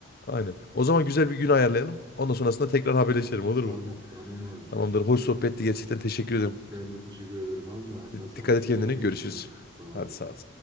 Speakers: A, on the left (about 45°); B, on the right (about 20°).
A: Aynen. O zaman güzel bir gün ayarlayalım. Ondan sonrasında tekrar haberleşelim
B: <laughs>
A: olur
B: Tamam
A: mu?
B: tamam abicim.
A: Tamamdır. Hoş sohbetti. Gerçekten teşekkür ederim.
B: Ben de teşekkür ederim abim. Ağzına
A: Hadi
B: sağlık.
A: dikkat et kendine.
B: Görüşmek
A: Görüşürüz.
B: üzere. Sağ ol
A: Hadi
B: abicim.
A: sağ ol.